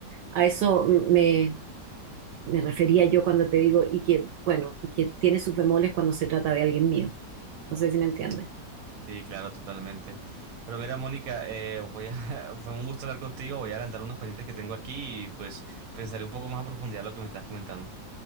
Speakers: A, on the right (about 75°); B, on the right (about 55°).
A: A eso me, me refería yo cuando te digo, y que, bueno, y que tiene sus bemoles cuando se trata de alguien mío. No sé si me entiendes.
B: Sí, claro, totalmente. Pero mira, Mónica, eh, voy a, <laughs> fue un gusto hablar contigo, voy a adelantar unos pendientes que tengo aquí y pues pensaré un poco más a profundidad lo que me estás comentando.